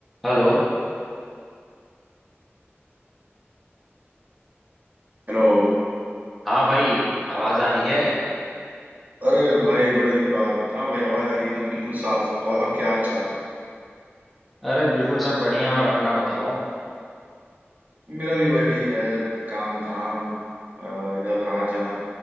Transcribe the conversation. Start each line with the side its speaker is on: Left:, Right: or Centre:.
Centre: Hello
Right: Hello
Centre: हाँ भाई आवाज आ रही है
Right: अरे भाई बड़े दिन बाद हाँ भाई आवाज आ रही है एकदम बिल्कुल साफ और क्या हाल चाल
Centre: अरे बिल्कुल सब बढ़िया और अपना बताओ
Right: मेरा भी वही है काम धाम और इधर उधर आना जाना